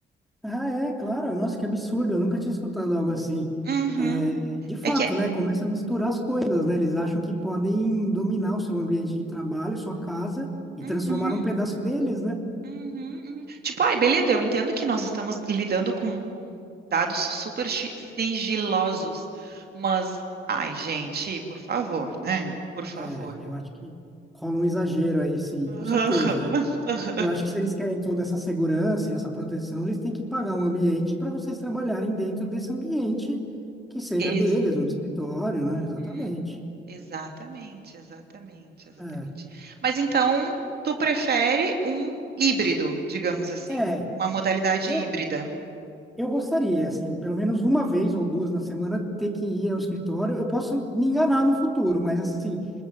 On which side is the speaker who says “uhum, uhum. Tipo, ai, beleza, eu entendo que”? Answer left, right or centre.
Right